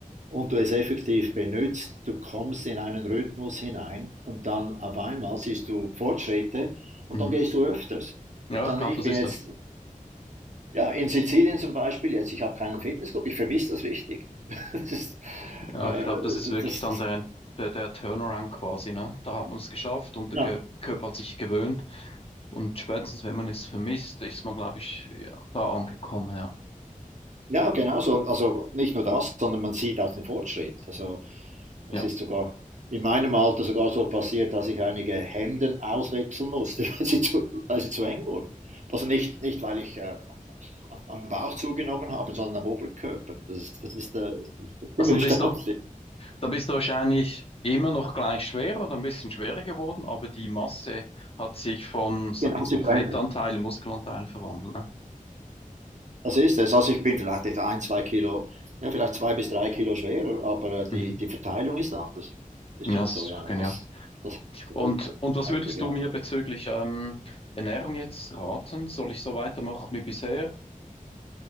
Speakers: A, on the right (about 55°); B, on the left (about 40°).
A: und du es effektiv benutzt, du kommst in einen Rhythmus hinein und dann auf einmal siehst du Fortschritte und
B: Mhm.
A: dann gehst du öfters.
B: Ja,
A: Und
B: ich
A: dann,
B: glaube,
A: ich
B: das
A: bin
B: ist
A: jetzt
B: der,
A: ja, in Sizilien zum Beispiel jetzt, ich habe keinen Fitnessclub, ich vermisse das richtig. <laughs> Das ist,
B: ja,
A: äh,
B: ich glaube, das ist
A: das
B: wirklich dann
A: das
B: der, der, der Turnaround quasi, ne? Da hat man es geschafft und der
A: ja.
B: Ge- Körper hat sich gewöhnt. Und spätestens, wenn man es vermisst, ist man, glaube ich, ja, da angekommen, ja.
A: Ja, genau so. Und also nicht nur das, sondern man sieht auch den Fortschritt. Also, es
B: Ja.
A: ist sogar in meinem Alter sogar so passiert, dass ich einige Hemden auswechseln musste, <laughs> weil sie zu weil sie zu eng wurden. Also nicht nicht, weil ich, äh, am am Bauch zugenommen habe, sondern am Oberkörper. Das ist das ist, äh, <laughs> ziemlich
B: Also dann bist
A: erstaunlich.
B: du, Dann bist du wahrscheinlich immer noch gleich schwer oder ein bisschen schwerer geworden, aber die Masse hat sich von, sag
A: Genau,
B: jetzt
A: sich
B: mal, Fettanteil
A: verändert.
B: in Muskelanteil verwandelt, ne?
A: Das ist es. Also ich bin vielleicht etwa ein, zwei Kilo, ja, vielleicht zwei bis drei Kilo schwerer, aber äh, die,
B: Mhm.
A: die Verteilung ist anders. Ist
B: Ja,
A: schon
B: das
A: so,
B: ist
A: ja.
B: doch genial.
A: Das, das
B: Und, und
A: gewaltig,
B: was würdest
A: ja.
B: du mir bezüglich ähm, Ernährung jetzt raten? Soll ich so weitermachen wie bisher?